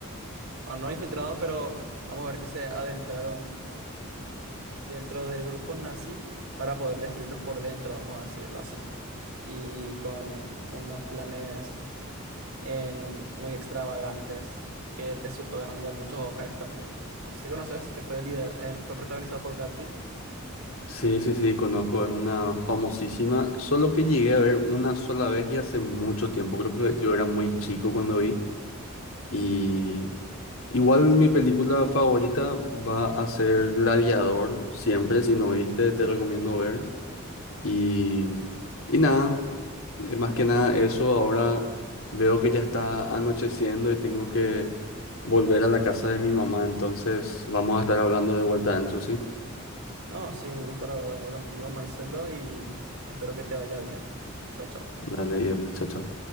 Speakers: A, on the right; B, on the left.
A: bueno, no infiltrados, pero vamos a ver que se adentraron. dentro del grupo nazi para poder destruirlos por dentro, vamos a decirlo así. Y con unos planes en- muy extravagantes que resultó ganando muchos Oscars también. No sé si conoces, que fue, lider- en- fue protagonizado por Brad Pitt.
B: Sí, sí, sí, conozco, es una famosísima, solo que llegué a ver una sola vez y hace mucho tiempo, creo que yo era muy chico cuando vi y igual mi película favorita va a ser Gladiador, siempre, si no viste te recomiendo ver Y, y nada, eh, más que nada eso, ahora veo que ya está anocheciendo y tengo que volver a la casa de mi mamá, entonces vamos a estar hablando de vuelta, Enzo, ¿sí?
A: No, sí, un gusto la verdad hablar contigo, Marcelo, y espero que te vaya bien. Chau, chau.
B: Dale, y chao, chao.